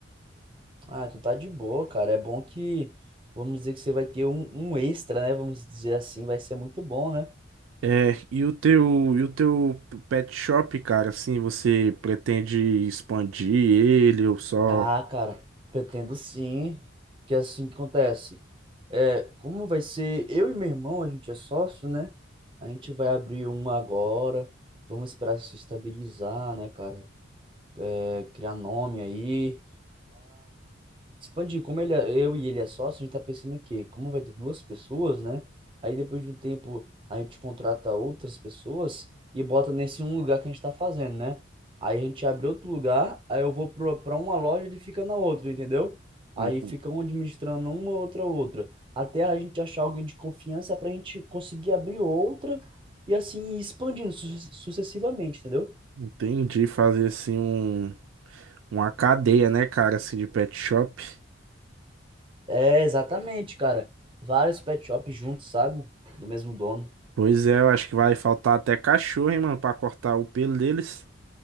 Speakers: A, on the right; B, on the right.
A: Ah, tu tá de boa, cara, é bom que, vamos dizer que você vai ter um, um extra, né? Vamos dizer assim, vai ser muito bom, né?
B: É, e o teu, e o teu pet shop, cara, assim, você pretende expandir ele ou só.
A: Ah, cara, pretendo sim, porque é assim que acontece. É, como vai ser eu e meu irmão, a gente é sócio, né? A gente vai abrir uma agora, vamos esperar se estabilizar, né, cara? É, criar nome aí, Expandir, como ele, é- eu e ele é sócio, a gente tá pensando aqui, como vai ter duas pessoas, né? Aí depois de um tempo a gente contrata outras pessoas e bota nesse um lugar que a gente tá fazendo, né? Aí a gente abre outro lugar, aí eu vou pro- pra uma loja e ele fica na outra, entendeu? Aí
B: Uhum.
A: fica um administrando uma, outra, outra. Até a gente achar alguém de confiança pra gente conseguir abrir outra e assim ir expandindo su- sucessivamente, entendeu?
B: Entendi fazer assim um, uma cadeia, né, cara, assim de pet shop.
A: É, exatamente, cara. Vários pet shops juntos, sabe? Do mesmo dono.
B: Pois é, eu acho que vai faltar até cachorro, hein, mano, pra cortar o pelo deles.